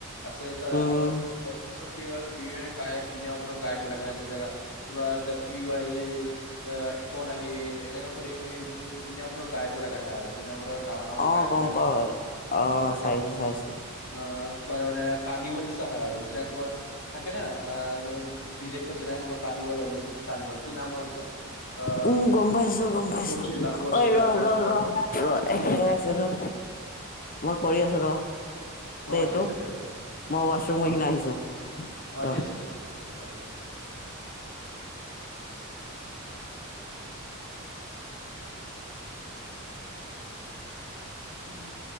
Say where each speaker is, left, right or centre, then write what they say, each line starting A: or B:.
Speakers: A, on the left; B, on the left.
A: আছে এতিয়া
B: উম,
A: তোমাৰ চ কি বাৰে বিভেনে গায়ক দুনীয়া ভৰৰ গায়কবিলাক আহে, যেতিয়া গা- কিবা দাক্ৰিও আহিল আ একন নাহিল এনেকুৱা কৰি কৰি বো দুনীয়া ভৰৰ গায়ক বিলাক আহে আৰ দুুনীয়া ভৰত ডাঙৰ ডাঙৰ
B: অ'
A: গায়কবিলাক
B: গম পাওঁ।
A: আহে,
B: অ'
A: আছো তেনেকুৱা
B: চাইছো চাইছো
A: অ কৰমানে কান্দি নিচানা হয় আৰ মাজে তাকত তোমাৰ থাকে ন আহ বিদেশত যেনেকে তোমাৰ কাৰ্ণিভল হ'ল মিউজিক কাৰ্নিভল কি নামৰ এইটো অ
B: উম, গম পাইছো গম পাইছো
A: কৰ্চিলা কৰ্চিলা
B: অই ৰ
A: কৰ্চিলা
B: ৰ ৰ ৰ এক ছেকেণ্ড এক ছেকেণ্ড ৰ, মই কৰি আছো ৰ।
A: অ
B: দেই
A: ঠিক
B: এইটো
A: আছে ঠিয়াত
B: মই ৱাছৰুম গৈ
A: অ,
B: কিনে আহিছো
A: অ
B: ৰ।
A: ঠিক আছে ঠিক আছে, অ হ'ব। উহু।